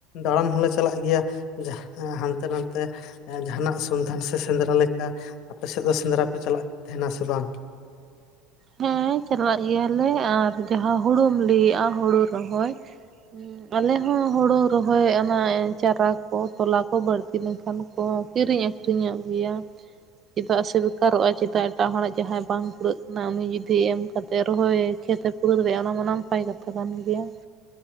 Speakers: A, on the left (about 60°); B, on the right (about 35°).
A: ᱫᱟᱬᱟᱱ ᱦᱚᱸᱞᱮ ᱪᱟᱞᱟᱜ ᱜᱮᱭᱟ᱾ ᱡᱟᱦ, ᱦᱟᱱᱛᱮ ᱱᱟᱱᱛᱮ ᱡᱟᱦᱟᱱᱟᱜ ᱥᱚᱱᱫᱷᱟᱱ ᱥᱮᱸᱫᱽᱨᱟ ᱞᱮᱠᱟ, ᱟᱯᱮ ᱥᱮᱫ ᱫᱚ ᱥᱮᱸᱫᱽᱨᱟ ᱠᱚ ᱪᱟᱞᱟᱜ ᱛᱟᱦᱮᱸᱱᱟ ᱥᱮ ᱵᱟᱝ?
B: ᱦᱮᱸ ᱪᱟᱞᱟᱜ ᱜᱮᱭᱟᱞᱮ, ᱟᱨ ᱡᱟᱦᱟᱸ ᱦᱳᱲᱳᱢ ᱞᱟᱹᱭᱮᱜ-ᱟ, ᱦᱳᱲᱳ ᱨᱚᱦᱚᱭ᱾ ᱟᱞᱮ ᱦᱚᱸ ᱦᱳᱲᱳ ᱨᱚᱦᱚᱭ, ᱚᱱᱟ ᱪᱟᱨᱟ ᱠᱚ ᱛᱚᱞᱟ ᱠᱚ ᱵᱟᱲᱛᱤ ᱞᱮᱱᱠᱷᱟᱱ ᱠᱚ ᱠᱤᱨᱤᱧ ᱟᱠᱷᱨᱤᱧᱚᱜ ᱜᱮᱭᱟ, ᱪᱮᱫᱟᱜ ᱥᱮ ᱵᱮᱠᱟᱨᱚᱜ-ᱟ, ᱪᱮᱫᱟᱜ ᱮᱴᱟᱜ ᱦᱚᱲᱟᱜ ᱡᱟᱦᱟᱸᱭ ᱵᱟᱝ ᱯᱩᱨᱟᱹᱜ ᱚᱱᱟ ᱩᱱᱤ ᱡᱩᱫᱤ ᱮᱢ ᱠᱟᱛᱮ ᱨᱚᱦᱚᱭ ᱠᱷᱮᱛᱮ ᱯᱩᱨᱟᱹᱣ ᱫᱟᱲᱮᱭᱟᱜ-ᱟ᱾ ᱚᱱᱟ ᱢᱟ ᱱᱟᱯᱟᱭ ᱠᱟᱛᱷᱟ ᱠᱟᱱ ᱜᱮᱭᱟ᱾